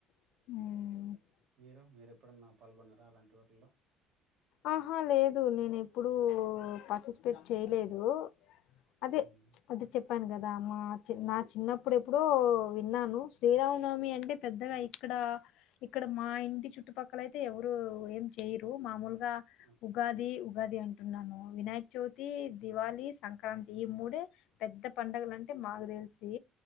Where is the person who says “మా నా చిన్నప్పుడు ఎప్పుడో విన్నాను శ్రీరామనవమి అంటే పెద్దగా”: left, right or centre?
Left